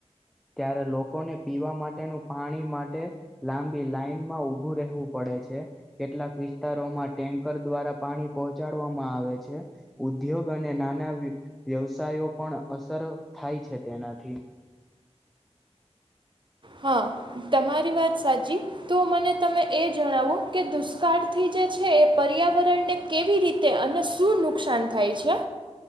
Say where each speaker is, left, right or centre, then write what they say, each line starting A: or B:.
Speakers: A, in the centre; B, on the right (about 45°).
A: ત્યારે લોકોને પીવા માટેનું પાણી માટે લાંબી લાઈનમાં ઉભું રહેવું પડે છે કેટલાક વિસ્ વિસ્તારોમાં ટેન્કર દ્વારા પાણી પહોંચાડવામાં આવે છે ઉદ્યોગ અને નાના વ્યવસાયો પણ અસર થાય છે તેનાથી
B: હા તમારી વાત સાચી તો મને તમે એ જણાવો કે દુષ્કાળથી જે છે એ પર્યાવરણને કેવી રીતે અને શું નુકસાન થાય છે